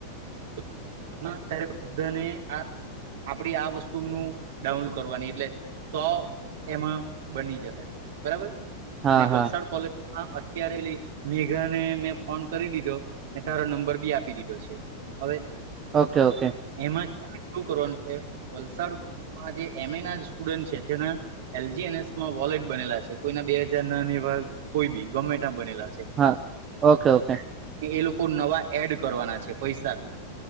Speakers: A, on the right (about 55°); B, on the right (about 25°).
A: <inaudible> ત્યારે બધાને આ આપડી આ વસ્તુનું ડાઉનલોડ કરવાની એટલે સો એમાં બની જશે બરાબર
B: હા
A: ને
B: હા
A: વલસાડ કોલેજ હા અત્યારે લઈ મેઘા ને મેં ફોન કરી દીધો અને તારો નંબર બી આપી દીધો છે. હવે.
B: Okay okay.
A: એમાં શું કરવાનું છે વલસાડમાં જે એમ એ ના સ્ટુડન્ટ છે જેના એલજી એન એસમાં વોલેટ બનેલા છે કોઈના બે હજાર ના ને એવા કોઈ બી ગમે તા બનેલા છે.
B: હા ઓકે ઓકે
A: એ લોકો નવા એડ કરવાના છે પૈસા બી.